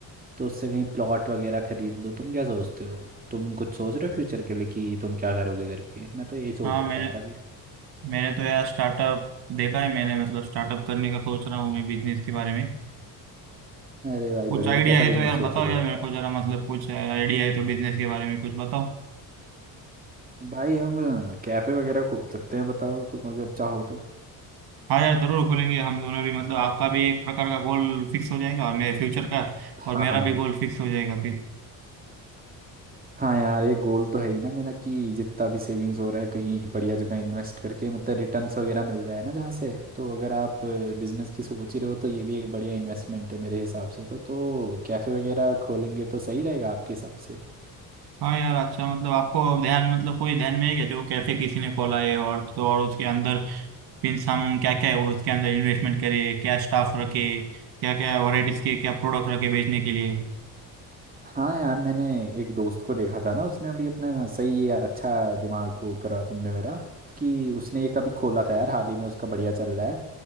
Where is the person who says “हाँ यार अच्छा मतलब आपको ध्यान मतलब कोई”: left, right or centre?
Right